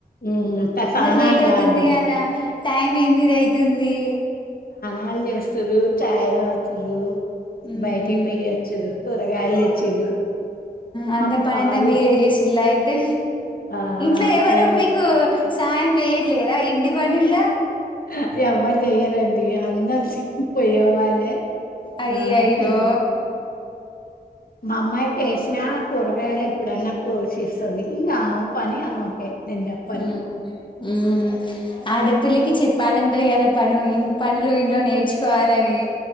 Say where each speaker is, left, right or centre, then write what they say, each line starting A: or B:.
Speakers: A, on the left; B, on the left.
A: హ్మ్ ఇంకా సానాలు
B: మరి లేట్ అవుతుంది
A: కాలేదు
B: కదా టైమ్ ఎనిమిద అయితుంది
A: స్నానాలు చేస్తూర్రు చాయ్ తాగుతుర్రు
B: ఉహు
A: బయటికి పోయొచ్చిర్రు కూరగాయలు
B: ఉ
A: తెచ్చిర్రు
B: అంత
A: మాకు
B: పనింతా
A: పాలు
B: మీరే చేసిల్ల అయితే
A: ఆ
B: ఇంట్లో ఎవరు
A: మేము
B: మీకు సాయం చెయియలేదా ఇంటి పనుల్ల
A: హ ఎవరు చెయ్యరండి అందరు పోయే వాలే
B: అయ్యయ్యో
A: ఆ తిన్ మమ్మాయితే చేసినర్ కూరగాయలు ఎప్పుడన్నా కో కోచిస్తది ఇంగ ఆమె పని ఆమెకే నేను చెప్పను
B: ఉమ్ ఉమ్ ఆడపిల్ కి చెప్పాలంటారు కదా పను పనులు ఇంట్లో నేర్చుకోవాలని